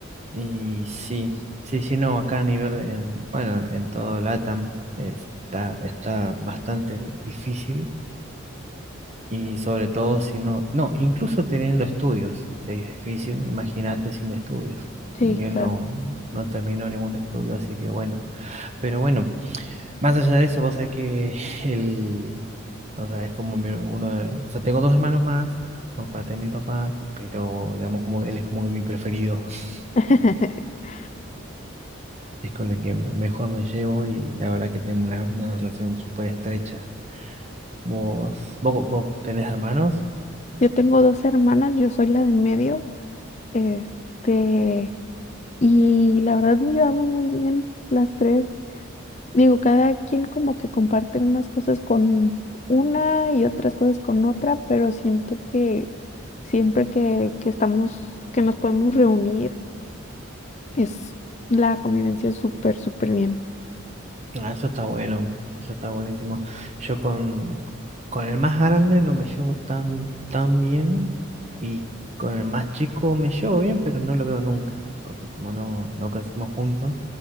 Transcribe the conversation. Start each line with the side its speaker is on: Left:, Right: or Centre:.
Right: Y sí, sí, sí, no, acá a nivel, en, bueno, en todo LATAM está, está bastante difícil. Y sobre todo si no, no, incluso teniendo estudios, es difícil, imagínate sin estudios.
Left: Sí,
Right: Yo
Left: claro.
Right: no, no terminó ningún estudio, así que bueno. Pero bueno. Más allá de eso, vos sabés que <laughs> el, o sea, es como mi- uno de, o sea, tengo dos hermanos más por parte de mi papá, pero digamos como él es como que mi preferido, <laughs>
Left: <laughs>
Right: es con el que mejor me llevo y la verdad que tengo una, una relación súper estrecha. Vos, vos, vos tenés hermanos,
Left: Yo tengo dos hermanas, yo soy la de en medio, este, y la verdad nos llevamos muy bien las tres. Digo, cada quien como que comparte unas cosas con una y otras cosas con otra, pero siento que siempre que, que estamos, que nos podemos reunir, Es la convivencia es súper, súper bien.
Right: ah, eso está bueno, eso está buenísimo. Yo con, con el más grande no me llevo tan, tan bien y con el más chico me llevo bien, pero no lo veo nunca, porque como no, no crecimos juntos.